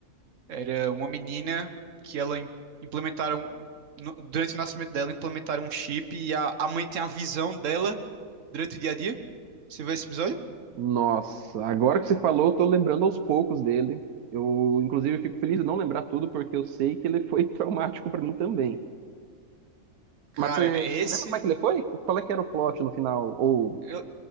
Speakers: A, on the right; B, on the right.
A: era uma menina que ela im- implementaram no- durante o nascimento dela implementaram um chip e a, a mãe tem a visão dela durante o dia a dia? Você viu esse episódio?
B: Nossa, agora que você falou, eu tô lembrando aos poucos dele. Eu, inclusive, fico feliz de não lembrar tudo, porque eu sei que ele foi <laughs> traumático pra mim também.
A: Cara,
B: Mas você,
A: esse
B: você lembra como é que ele foi? Qual é que era o plot no final, ou
A: eu,